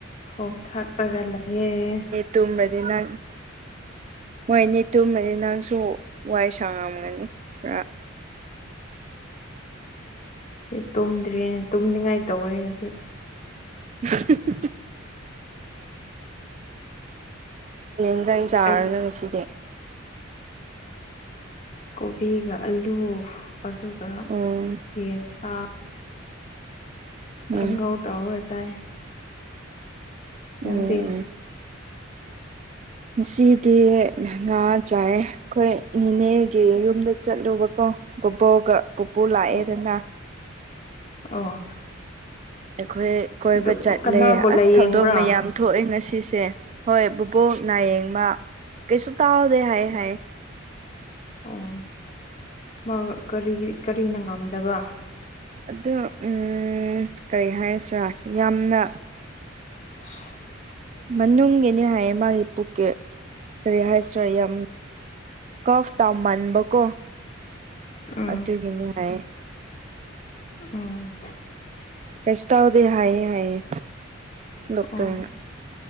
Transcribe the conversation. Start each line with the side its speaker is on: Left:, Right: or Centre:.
Left: ꯈꯣꯝ ꯊꯥꯛꯂꯒ ꯂꯩꯑꯦ
Right: ꯇꯨꯝꯕꯗꯤ ꯅꯪ ꯃꯣꯏꯅꯤ ꯇꯨꯝꯃꯅꯤ ꯅꯪꯁꯨ ꯋꯥꯏ ꯁꯥꯡꯉꯝꯒꯅꯤ ꯈꯔ
Left: ꯍꯣꯏ ꯇꯨꯝꯗ꯭ꯔꯤꯅꯦ ꯇꯨꯝꯅꯤꯡꯉꯥꯏ ꯇꯧꯔꯦ ꯍꯧꯖꯤꯛ
Right: ꯎ <unintelligible> ꯌꯦꯟꯖꯥꯡ ꯆꯥꯔꯅ
Left: ꯑꯩ
Right: ꯉꯁꯤꯗꯤ
Left: ꯀꯣꯕꯤꯒ ꯑꯂꯨ ꯑꯗꯨꯒ
Right: ꯎꯝ
Left: ꯌꯦꯟꯁꯥꯡ
Right: ꯎꯝ
Left: ꯀꯥꯡꯍꯧ ꯇꯧꯔꯒ ꯆꯥꯏ ꯅꯪꯗꯤ
Right: ꯎꯝ ꯉꯁꯤꯗꯤ ꯉꯥ ꯆꯥꯏ ꯑꯩꯈꯣꯏ ꯅꯤꯅꯦꯒꯤ ꯌꯨꯝꯗ ꯆꯠꯂꯨꯕꯀꯣ ꯕꯕꯣꯛꯒ ꯄꯨꯄꯨ ꯂꯥꯛꯑꯦꯗꯅ
Left: ꯑꯣ ꯑꯣ
Right: ꯑꯩꯈꯣꯏ ꯀꯣꯏꯕ
Left: ꯑꯗꯨ
Right: ꯆꯠꯂꯦ
Left: ꯀꯅꯥꯕꯨ
Right: ꯑꯁ
Left: ꯂꯥꯏꯌꯦꯡꯕ꯭ꯔꯥ
Right: ꯊꯧꯗꯣꯛ ꯃꯌꯥꯝ ꯊꯣꯛꯑꯦ ꯉꯁꯤꯁꯦ ꯍꯣꯏ ꯕꯕꯣꯛ ꯅꯥꯌꯦꯡꯃ ꯀꯩꯁꯨ ꯇꯥꯎꯗꯦ ꯍꯥꯏ
Left: ꯑꯣ
Right: ꯍꯥꯏ
Left: ꯑꯣ ꯃꯥ ꯀꯔꯤ ꯀꯔꯤꯅ ꯉꯝꯗꯕ
Right: ꯑꯗꯣ ꯎꯝ ꯀꯔꯤ ꯍꯥꯏꯔꯁꯤꯔꯥ ꯌꯥꯝꯅ
Left: <unintelligible>
Right: ꯃꯅꯨꯡꯒꯤꯅꯤ ꯍꯥꯏꯌꯦ ꯃꯥꯒꯤ ꯄꯨꯛꯀꯦ ꯀꯔꯤ ꯍꯥꯏꯁꯤꯔꯥ ꯌꯥꯝ ꯀꯐ ꯇꯥꯎꯃꯟꯕ ꯀꯣ
Left: ꯎꯝ
Right: ꯑꯗꯨꯒꯤꯅꯦ ꯍꯥꯏꯌꯦ
Left: ꯎꯝ
Right: ꯀꯩꯁꯨꯇꯧꯗꯦ ꯍꯥꯏꯌꯦ ꯍꯥꯏꯌꯦ ꯗꯣꯛꯇꯔꯅ
Left: ꯑꯣ